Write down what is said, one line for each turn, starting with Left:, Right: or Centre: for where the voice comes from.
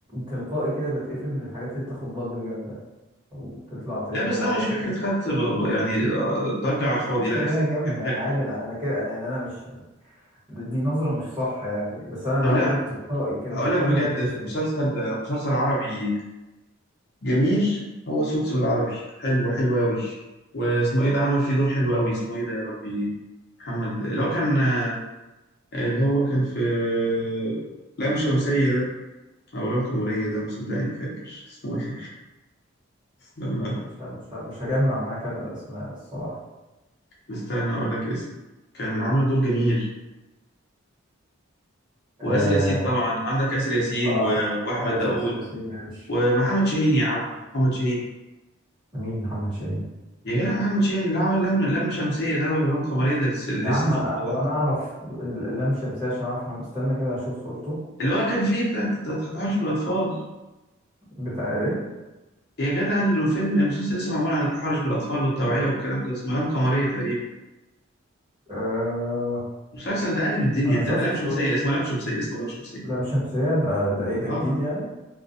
Right: تلقائي كده بتقفل من الحاجات اللي بتاخد ضجه جامده وتطلع ترند
Left: لا بس
Right: بقى
Left: ده مش
Right: و...
Left: فكرة خدت ب- ب- يعني آه، ضجة على الفاضي
Right: حتى
Left: لا
Right: لو
Left: الف-
Right: هي جامده
Left: كان حلو
Right: انا عادي انا انا كده يعني انا مش دي نظرة مش صح يعني بس أنا بقول
Left: طب لا
Right: لك تلقائي كده
Left: اقول
Right: تلقائي
Left: لك بجد
Right: أنا بتقفل
Left: مسلسل مسلسل عربي جميل هو سوتس بالعربي حلو حلو قوي واسمه ايه ده عامل فيه دور حلو قوي اسمه ايه ده يا ربي محمد اللي هو كان آه، اللي هو كان في آه، لام شمسية ده او لام قمرية ده مصدقني فاكر اسمه ايه <laughs> استنى
Right: لا مش ه- مش ه- مش هجمع معاك أنا الأسماء الصراحة
Left: استنى اقول لك اسمه كان عامل دور جميل واسر
Right: آه
Left: ياسين طبعا عندك اسر ياسين
Right: اه
Left: و- واحمد
Right: عارف
Left: داوود
Right: آسر ياسين ماشي
Left: ومحمد شاهين يا عم محمد شاهين
Right: مين محمد شاهين
Left: يا جدع محمد شاهين اللي عمل لم لم شمسيه ده ولا لم قمريه ده لسه لسه
Right: يا عم
Left: في
Right: هو
Left: رمضان
Right: أنا
Left: ده
Right: أعرف لام شمسية عشان أعرف محمد- استنى كده أشوف صورته
Left: اللي هو كان فيه بتاع الت- التحرش بالاطفال
Right: بتاع إيه
Left: يا جدع الفيلم المسلسل لسه معمول عن التحرش بالاطفال والتوعيه والكلام ده اسمه لم قمريه تقريبا
Right: آه
Left: المسلسل ده قلب الدنيا
Right: أنا
Left: انت
Right: شفت
Left: لم
Right: صورته
Left: شمسيه اسمه لم شمسيه اسمه لم شمسيه
Right: لام شمسية ده ده إيه ده
Left: اه
Right: جديد يعني